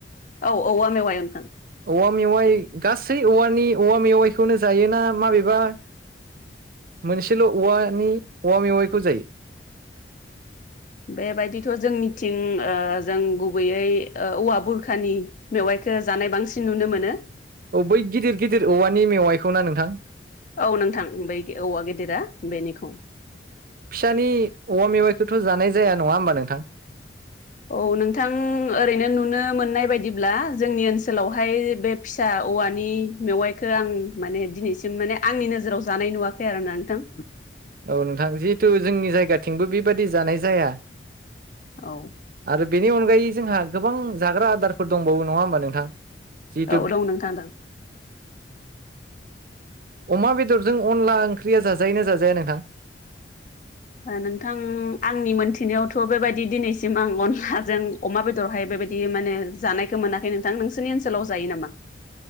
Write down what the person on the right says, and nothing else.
औवा मेवाइ गासै औवानि औवा मेवाइखौनो जायोना माबेबा मोनसेल' औवानि औवा मेवाइखौ जायो?
औ बै गिदिर गिदिर औवानि मेवाइखौ ना नोंथां।
फिसानि औवा मेवाइखौथ' जानाय जाया नङा होमबा नोंथां?
औ नोंथां जिहेथु जोंनि जायगाथिंबो बेबादि जानाय जाया।
आरो बेनि अनगायै जोंहा गोबां जाग्रा आदारफोर दंबावो नङा होमबा नोंथां? जितु
अमा बेदरजों अनला ओंख्रिया जाजायोना जाजायानो थां